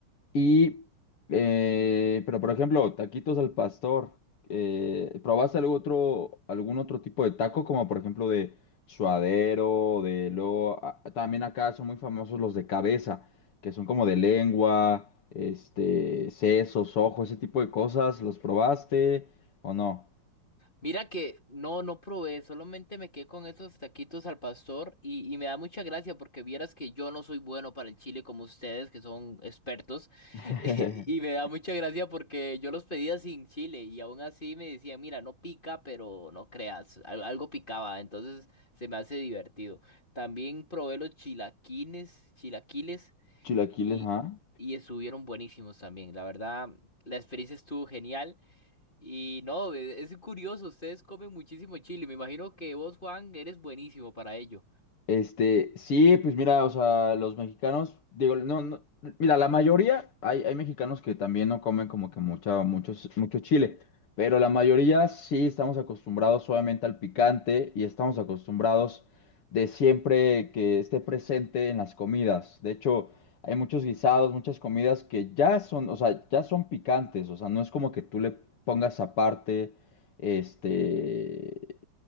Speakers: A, on the left; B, on the left.
A: Y, eh, pero por ejemplo, taquitos al pastor. eh, ¿probaste algún otro, algún otro tipo de taco, como por ejemplo de suadero, de lo también acá son muy famosos los de cabeza, que son como de lengua, este, sesos, ojos, ese tipo de cosas. ¿Los probaste o no?
B: Mira que no, no probé, solamente me quedé con esos taquitos al pastor y, y me da mucha gracia porque vieras que yo no soy bueno para el chile como ustedes que son expertos
A: <laughs>
B: <laughs> y me da mucha gracia porque yo los pedía sin chile y aún así me decían, mira, no pica, pero no creas, al- algo picaba, entonces se me hace divertido. También probé los chilaquines, chilaquiles
A: Chilaquiles,
B: y,
A: ¿ah?
B: y estuvieron buenísimos también, la verdad, la experiencia estuvo genial. Y no, e- es curioso, ustedes comen muchísimo chile. Me imagino que vos, Juan, eres buenísimo para ello.
A: Este, sí, pues mira, o sea, los mexicanos, digo, no, no, mira, la mayoría, hay, hay mexicanos que también no comen como que mucha, muchos, mucho chile, pero la mayoría sí estamos acostumbrados obviamente al picante y estamos acostumbrados de siempre que esté presente en las comidas. De hecho, hay muchos guisados, muchas comidas que ya son, o sea, ya son picantes, o sea, no es como que tú le pongas aparte, este,